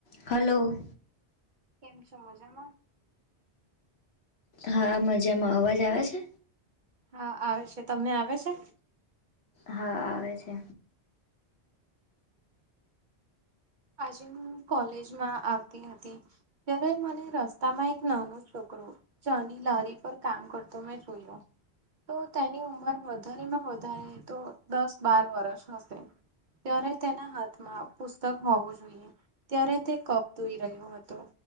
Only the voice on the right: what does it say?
કેમ છો મજામાં?
હા આવે છે. તમને આવે છે?
આજે હું કોલેજમાં આવતી હતી. ત્યારે મને રસ્તામાં એક નાનું છોકરું ચાની લારી પર કામ કરતો મેં જોયો. તો તેની ઉંમર વધારેમાં વધારે તો દસ બાર વરષ હશે. ત્યારે તેના હાથમાં પુસ્તક હોવું જોઈએ. ત્યારે તે કપ ધોઈ રહ્યો હતો.